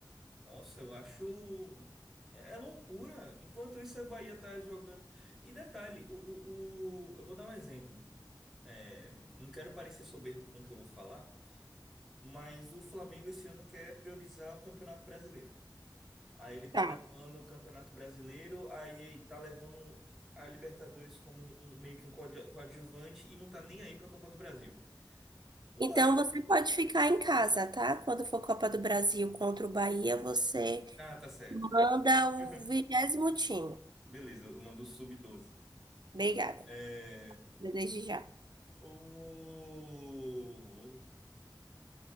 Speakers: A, in the centre; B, on the right (about 65°).
A: Nossa, eu acho. É é loucura. Enquanto isso, a Bahia tá jogando. E detalhe, o, o, o- eu vou dar um exemplo. É, não quero parecer soberbo com o que eu vou falar, mas o Flamengo esse ano quer priorizar o Campeonato Brasileiro. Aí ele tá
B: Tá.
A: levando o Campeonato Brasileiro, aí tá levando a Libertadores como um, um- meio que um coadju- coadjuvante e não tá nem aí pra Copa do Brasil. O
B: Então
A: Bahia.
B: você pode ficar em casa, tá? Quando for Copa do Brasil contra o Bahia, você
A: Ah, tá certo.
B: manda o
A: <laughs>
B: vigésimo time.
A: Beleza, eu mando o sub doze
B: Obrigada,
A: É.
B: desde já.
A: O.